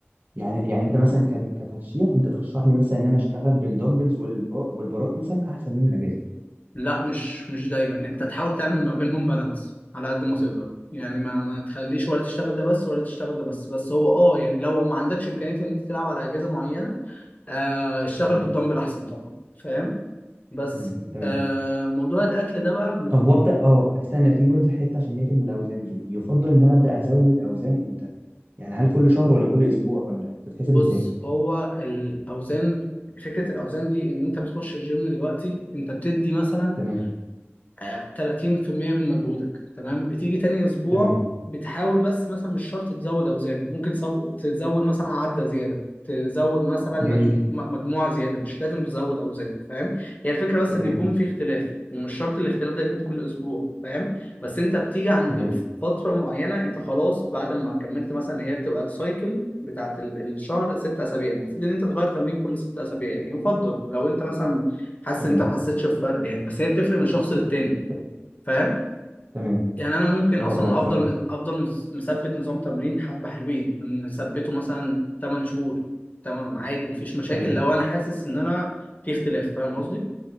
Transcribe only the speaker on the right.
يعني يعني انت مثلا كت- كترشيح انت ترشح لي مثلا ان انا اشتغل بالدمبلز والب- والبارات مثلا احسن من الاجهزه
تمام
تمام تمام
طب وابدا اه استنى في برضه حته عشان نقفل من الاوزان دي يفضل ان انا ابدا ازود اوزان امتى يعني هل كل شهر ولا كل اسبوع ولا بتتحسب
ازاي
تمام
تمام
جميل
تمام
تمام
تمام
ت-
تمام
اه
اه فاهم
تمام